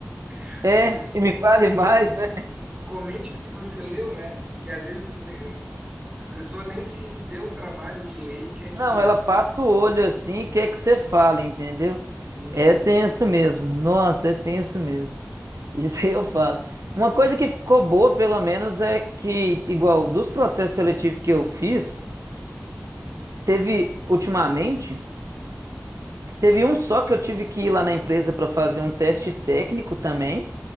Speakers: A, on the right; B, on the right.
A: <laughs>
B: É, e me
A: Comente,
B: fale mais, né?
A: comente o que você leu, né? Porque às vezes né, a pessoa nem se deu o trabalho de ler e quer que.
B: Não, ela passa o olho assim e quer que você fale, entendeu?
A: Uhum,
B: É tenso mesmo. Nossa, é tenso mesmo. <laughs> Isso aí eu falo. Uma coisa que ficou boa, pelo menos, é que, igual dos processos seletivos que eu fiz, teve ultimamente. Teve um só que eu tive que ir lá na empresa para fazer um teste técnico também.